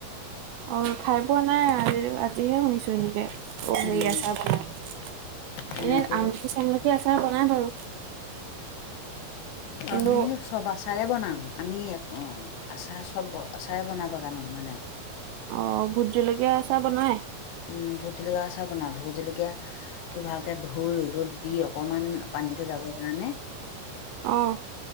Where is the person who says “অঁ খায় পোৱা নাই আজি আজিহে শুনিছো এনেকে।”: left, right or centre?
Right